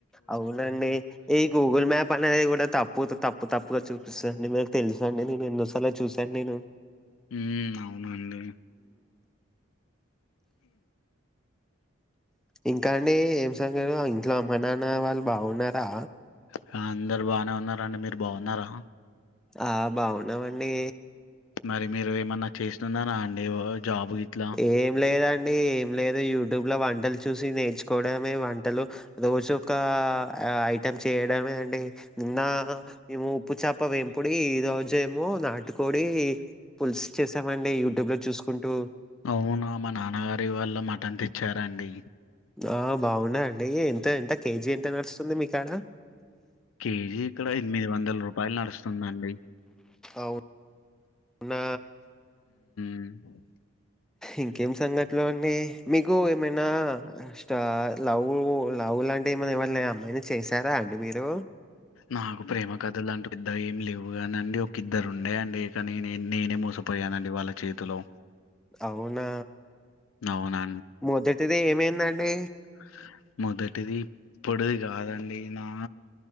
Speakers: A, in the centre; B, on the left.
A: అవునండి, ఈ గూగుల్ మ్యాప్ అనేది గూడా తప్పు తతప్పు తప్పుగా చూపిస్సదండి మి తెలుసండి నేను ఎన్నోసాల చూసాన్ నేను
B: హ్మ్. అవునండి.
A: ఇంకా అండి ఏం సగదు ఇంట్లో అమ్మ నాన్న వాళ్ బాగున్నారా
B: హా అందరు బానే ఉన్నారండి మీరు బాగున్నారా
A: ఆ బాగున్నావండీ
B: మరి మీరు ఏమన్నా చేస్నున్నారా అండి ఓ జాబ్ గిట్లా?
A: ఏం లేదండి ఏం లేదు యూట్యూబ్ లో వంటల్ చూసి నేర్చుకోవడమే వంటలు రోజు ఒకా ఐటెమ్ చేయడమే అండి, నిన్నా మేము ఉప్పు చేప వంపుడి ఈ రోజేమో. నాటుకోడి పుల్స్ చేసామండి యూట్యూబ్ లో చూసుకుంటూ
B: అవునా మా నాన్నగారు ఇవాళ మటన్ తెచ్చారండి
A: ఆ బాగున్నాయా అండి ఎంత ఎంత కేజీ ఎంత నడుస్తుంది మీ కాడ
B: కేజీ ఇక్కడ ఎనిమిది వందల రూపాయలు నడుస్తుందండి
A: అవు నా
B: ఉ
A: ఇంకేం సంగట్లు అండి మీకు ఏమైనా స్టా లవ్వూ ల లవ్వు లాంటి ఏమన్ ఎవళ్ళె అమ్మాయిని చేసారా అండి మీరు
B: నాకు ప్రేమ కథ లంటు పెద్ద ఏమి లేవు గానండి ఒక ఇద్దరు ఉండే అండి. చ నేనే నేనే మోసపోయానండి వాళ్ళ చేతిలో
A: అవునా
B: అవునా
A: మొదటిది ఏమైందండి
B: అ మొదటిది ఇప్పుడుది గాదండి నా